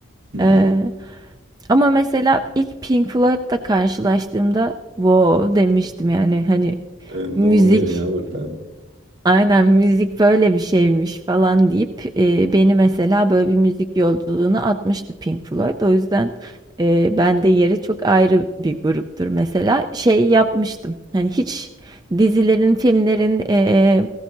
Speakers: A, on the right; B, on the right.
A: <laughs>
B: E, ama mesela ilk Pink Floyd'la karşılaştığımda wow demiştim yani hani
A: Ee,
B: müzik
A: Ne oluyor ya burada?
B: Aynen müzik böyle bir şeymiş falan deyip e, beni mesela böyle bir müzik yolculuğuna atmıştı Pink Floyd. O yüzden e, bende yeri çok ayrı bir gruptur. Mesela şey yapmıştım. Hani hiç dizilerin, filmlerin e,